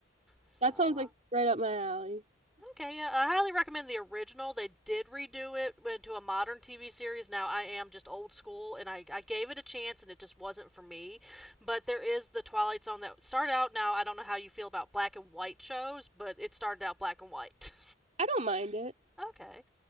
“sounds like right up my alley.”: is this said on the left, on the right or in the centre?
Right